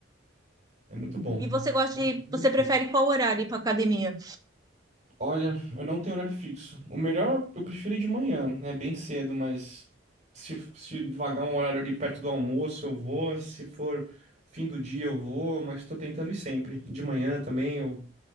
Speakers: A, on the right; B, on the right.
A: É muito bom.
B: e você gosta
A: Bom
B: de,
A: benefício.
B: você prefere qual horário ir para academia?
A: Olha, eu não tenho horário fixo. O melhor eu prefiro ir de manhã, né? Bem cedo, mas se, se vagar um horário ali perto do almoço, eu vou. Se for fim do dia, eu vou, mas tô tentando ir sempre. De manhã também, eu...